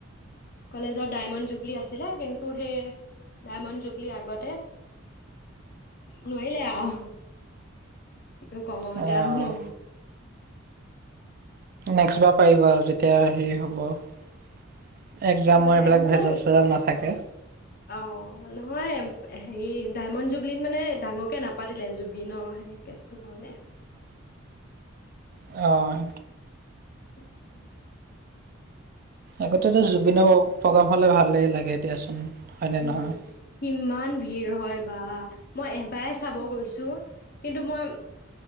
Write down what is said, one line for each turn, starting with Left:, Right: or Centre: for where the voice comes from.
Left: কলেগৰ ডাইমণ্ড জুবলি দি আছিলে কিন্তু সেই ডায়মণ্ড জুবলি আগতে নোৱাৰিলে আহ। কিন্তু কম
Right: অ'
Left: এতিয়ানো।
Right: নেক্সট বাৰ পাৰিব আৰু যেতিয়া হেৰি হ'ব। এক্সামৰ
Left: নাৰে
Right: এইবিলাক
Left: মানে
Right: ভেজাল চেজাল নাথাকে।
Left: অহ, নহয়। হেৰি ডায়মণ্ড জুবুলিত মানে ডাঙৰকে নাপাতিলে জুবিনৰ সেই কেছটোৰ কাৰণে।
Right: অ'।
Left: উম।
Right: আগতেতো জুবিনৰ প্ৰগ্ৰাম হলে ভালেই লাগে দিয়াচোন হয়নে
Left: উম,
Right: নহয়?
Left: ইমান ভিৰ হয় বা মই এবাই চাব কৈছো কিন্তু মই